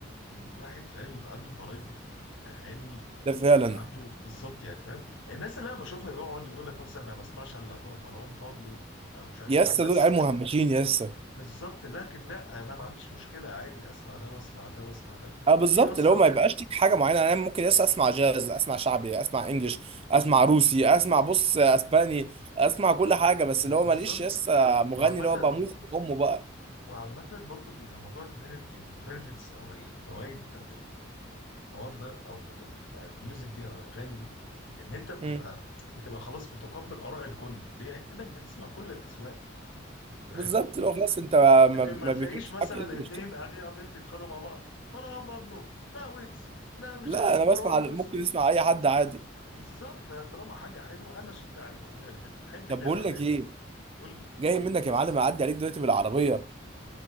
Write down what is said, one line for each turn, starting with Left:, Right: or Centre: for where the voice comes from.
Left: الواحد فاهم يبقى عنده فرايتي في اغاني
Right: ده
Left: يبقى
Right: فعلا
Left: عنده بالظبط يعني فاهم الناس اللي انا بشوفها يقعد يقول لك مثلا انا ما بسمعش الا باب- مروان بابلو او مش عارف
Right: يسا
Left: ايه بس
Right: دول عيال مهمشين يسا
Left: بالظبط لكن لا انا ما عنديش مشكله عادي اسمع ده واسمع ده واسمع ده
Right: اه بالظبط
Left: دي اصلا
Right: اللي هو ما يبقاش ليك حاجه معينه انا ممكن يسا اسمع جاز اسمع شعبي اسمع انجلش اسمع روسي اسمع بص اسباني اسمع كل حاجه بس
Left: بالظبط
Right: اللي هو ماليش يسا مغني
Left: وعامه
Right: اللي هو بموت في امه بقى
Left: وعامه برضو بيبقى موضوع البنفيتس او الفوائد بتاعت الحوار ده او من الميوزك دي او الاغاني دي ان انت بيبقى
Right: مم.
Left: بتبقى خلاص متقبل اراء الكل ليه؟ لانك بتسمع كل الاذواق فاهم؟
Right: بالظبط اللي هو خلاص انت ما,
Left: لكن
Right: ما
Left: ما تلاقيش
Right: بيفرقش
Left: مثلا
Right: معاك انجلش
Left: اتنين قاعدين عمالين بيتخانقوا مع بعض مروان بابلو لا ويجز لا مش
Right: لا
Left: عارف
Right: انا
Left: مروان
Right: بسمع
Left: موسى
Right: ممكن اسمع اي حد عادي
Left: بالظبط طالما حاجه حلوه انا اشجع الاغنيه الحلوه احب
Right: طب
Left: اللعبه
Right: بقول
Left: الحلوه
Right: لك ايه
Left: قول لي
Right: جاي منك يا معلم اعدي عليك دلوقتي بالعربيه